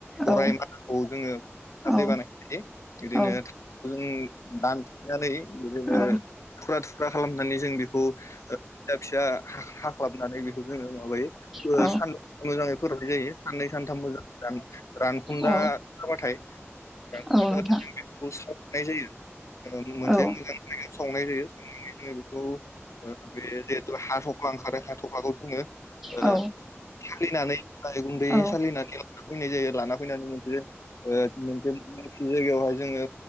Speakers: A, in the centre; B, on the left.
A: औ
B: गाराइ मादाखौ जोङो खारदै
A: औ
B: बानायायो बिदिनो
A: औ
B: जों दानफायनानै बिदिनो
A: औ
B: थुखुरा थुख्रा खालामनानै जों बेखौ <unintelligible> फिसा हा-हाख्लाबनानै बेखौ जोङो माबायो
A: औ
B: सान्दुं मोजाङै फोराननाय जायो। साननै सानथामबो जान रान-रानखुदा।
A: औ
B: <unintelligible> थाय बा बेखौ
A: औ नोंथां
B: सावनाय जायो मोनसे
A: औ
B: मोजां सावनाय जायो सावनानै जों बेखौ ओ बे जे हा थफ्ला ओंखारो हा थफ्लाखौ जोङो
A: औ
B: ओ सालिनानै गाय गुन्दै
A: औ
B: सालिनानै लाना फैनाय जायो। लाना फैनानै मोनसे ओ मोनसे जायगायावहाय जोङो